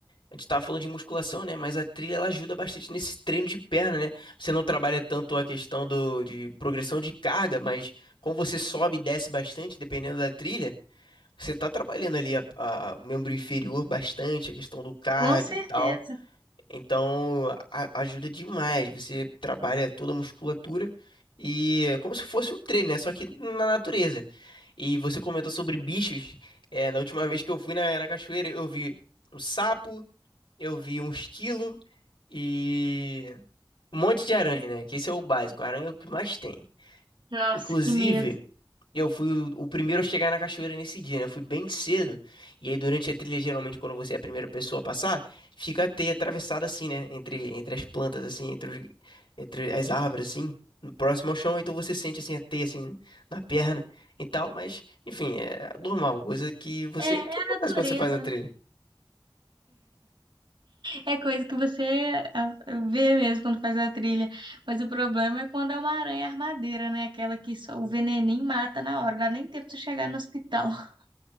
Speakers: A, on the left (about 85°); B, on the right (about 70°).
A: A gente tava falando de musculação, né? Mas a trilha ela ajuda bastante nesse treino de perna, né? Você não trabalha tanto a questão do, de progressão de carga, mas como você sobe e desce bastante, dependendo da trilha, você tá trabalhando ali a- a- o membro inferior bastante, a questão do cardio
B: Com certeza.
A: e tal. Então, a- ajuda demais. Você trabalha toda a musculatura e é como se fosse um treino, né? Só que na natureza. E você comentou sobre bichos. É, na última vez que eu fui na, na cachoeira, eu vi um sapo, eu vi um esquilo e um monte de aranha, né? Que esse é o básico. A aranha é o que mais tem.
B: Nossa,
A: Inclusive,
B: que medo.
A: e eu fui o, o primeiro a chegar na cachoeira nesse dia, né? Eu fui bem cedo. E aí, durante a trilha, geralmente, quando você é a primeira pessoa a passar, fica a teia atravessada assim, né? Entre, entre as plantas, assim, entre, os- entre as árvores, assim, próximo ao chão. Então você sente, assim, a teia, assim, na perna e tal. Mas, enfim, é normal, coisa que você.
B: É, é
A: que acontece
B: a natureza,
A: quando você faz uma trilha?
B: né? É coisa que você ah, vê mesmo quando faz a trilha. Mas o problema é quando é uma aranha armadeira, né? Aquela que só o veneninho mata na hora, dá nem tempo de chegar no hospital. <laughs>